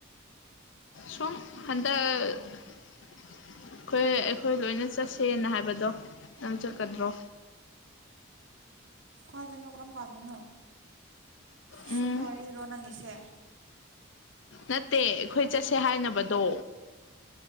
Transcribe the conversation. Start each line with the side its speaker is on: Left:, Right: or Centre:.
Left: ꯁꯨ ꯍꯟꯗꯛ ꯑꯩꯈꯣꯏ ꯑꯩꯈꯣꯏ ꯂꯣꯏꯅ ꯆꯠꯁꯦꯅ ꯍꯥꯏꯕꯗꯣ ꯅꯪ ꯆꯠꯀꯗ꯭ꯔꯣ
Right: ꯀꯣꯏꯗ ꯂ ꯀ꯭ꯔꯝ ꯄꯥꯗꯅ
Left: ꯎꯝ
Right: ꯁꯨꯝꯕ ꯋꯥꯔꯤꯔꯣ ꯅꯪꯁꯦ
Left: ꯅꯠꯇꯦ ꯑꯩꯈꯣꯏ ꯆꯠꯁꯦ ꯍꯥꯏꯅꯕꯗꯣ